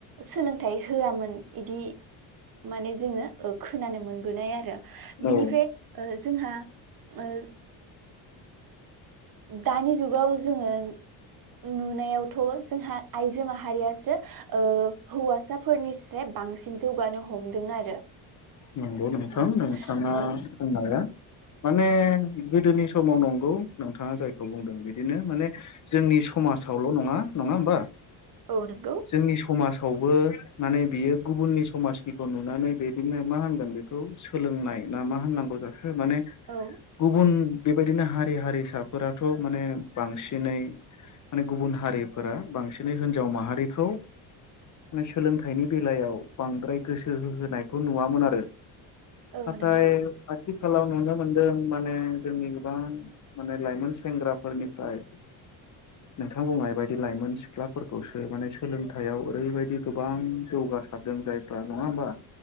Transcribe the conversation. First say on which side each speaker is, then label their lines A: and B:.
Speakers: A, on the right; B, on the left.
A: सोलोंथाइ होआमोन इदि माने जोङो खोनानो मोनबोनाय आरो
B: औ
A: बिनिफ्राय जोंहा ओ। दानि जुगाव जोङो नुनायावथ' जोंहा आइजो माहारियासो ओ हौवासाफोरनि सेब बांसिन जौगानो हमदों आरो।
B: नंगौ नोंथां
A: औ
B: नोंथाङा
A: औ
B: बुंनाया। माने गोदोनि समाव नंगौ नोंथाङा जायखौ बुंदों बिदिनो माने जोंनि समाजावल' नङा नङा होमबा
A: औ नंगौ
B: जोंनि समाज फ्रावबो माने बियो गुबुननि समाजनिखौ नुनानै बिदिनो मा होनगोन बेखौ सोलोंनाय ना मा होननांगौ जाखो माने
A: औ
B: गुबुन बेबायदिनो हारि हारिसाफोराथ' माने बांसिनै माने गुबुन हारिफोरा बांसिनै हिनजाव माहारिखौ‌ माने सोलोंथाइनि बेलायाव बांद्राय गोसो होहोनायखौ नुवामोन आरो
A: औ
B: नाथाय
A: नंगौ
B: आथिखालाव नुनो मोनदों माने जोंनि गोबां माने लाइमोन सेंग्राफोरनिफ्राय नोंथां बुंनाय बायदि लाइमोन सिख्लाफोरखौसो माने सोलोंथाइयाव ओरैबायदि गोबां जौगानाय जासारदों जायफ्रा नङा होमबा?